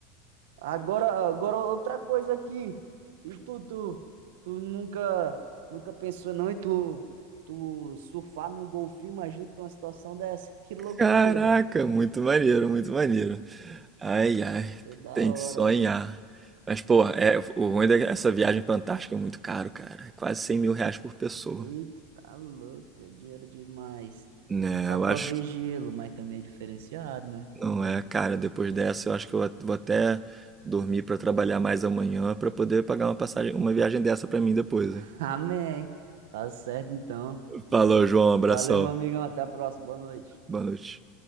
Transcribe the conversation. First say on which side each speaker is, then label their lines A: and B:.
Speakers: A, on the right; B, on the right.
A: agora, agora outra coisa aqui. E tu, tu, tu nunca, nunca pensou não em tu, tu surfar num golfinho? Imagina tu numa situação dessa. <laughs> Que loucura.
B: Caraca, muito maneiro, muito maneiro. Ai, ai,
A: Ia ser da
B: tem
A: hora,
B: que sonhar.
A: ó.
B: Mas, pô, é, o ruim dessa viagem pra Antártica é muito caro, cara. É quase cem mil reais por pessoa.
A: Eita, tá louco. é Dinheiro demais.
B: Né,
A: Só
B: eu
A: pra
B: acho
A: ver gelo, mas também é diferenciado, né?
B: Não é, cara, depois dessa eu acho que eu vou até dormir pra trabalhar mais amanhã pra poder pagar uma passagem, uma viagem dessa pra mim depois,
A: <laughs>
B: hein?
A: Amém. Tá certo, então.
B: Falou, João, abração.
A: Valeu, meu amigão. Até a próxima. Boa noite.
B: Boa noite.